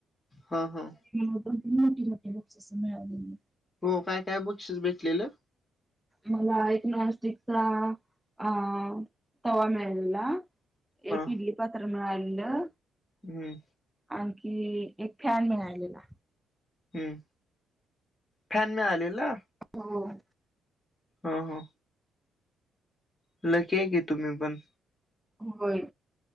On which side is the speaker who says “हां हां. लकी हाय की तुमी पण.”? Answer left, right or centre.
Left